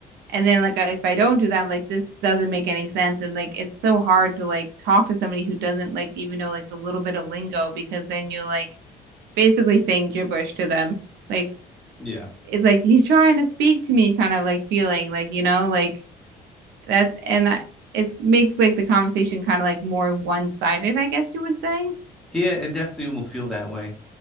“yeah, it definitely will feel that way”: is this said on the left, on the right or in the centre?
Centre